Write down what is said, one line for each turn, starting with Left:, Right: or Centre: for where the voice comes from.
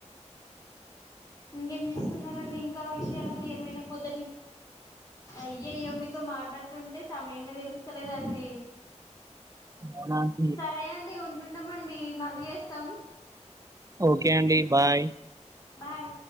Left: ఇంకేం చేస్తున్నారండి ఇంకా విషయాలు ఏమైనా పొద్దట్ అయ్యయ్యో మీతో మాట్లాడుతుంటే సమయమే తెలుస్తలేదండి.
Right: అవునా అండి.
Left: సరే అండి ఉం ఉంటున్నామండి మళ్ళీ చేస్తాం.
Right: ఓకే అండి బాయ్
Left: బాయ్